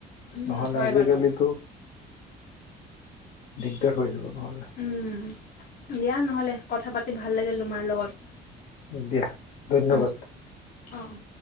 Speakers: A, on the left; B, on the left.
A: উম,
B: নহলে
A: হয়
B: আজিকালিতো,
A: বাৰু
B: দিগদাৰ হৈ যাব নহলে।
A: উম, দিয়া নহ'লে কথা পাতি ভাল লাগিল তোমাৰ লগত।
B: দিয়া, ধন্যবাদ।
A: উম, অ', অ'।